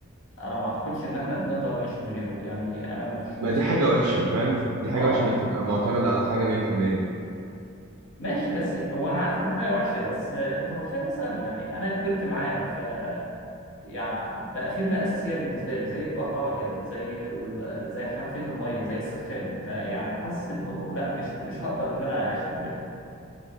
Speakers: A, on the left; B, on the right.
A: انا ما اعتقدش ان احنا نقدر نعيش من غيره يعني انا مش متخيل
B: ما دي حاجة وحشة
A: يعني.
B: فاهم دي حاجة
A: اه
B: وحشة انك تبقى معتمد على حاجة 100%
A: ماشي بس هو انا عارف انه حاجه وحشه بس آه، انت متخيل مثلا يعني انا كبرت معاه ف يعني بقى خدمة أساسية بالنسبة لي زي الكهرباء كده زي ال... زي حنفية المية زي السخان فيعني حاسس إنه لا مش مش هقدر إن أنا أعيش من غير